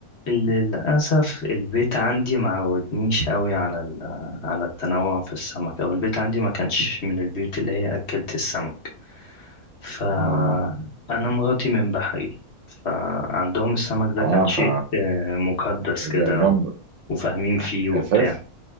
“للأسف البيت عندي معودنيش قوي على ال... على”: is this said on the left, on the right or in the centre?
Left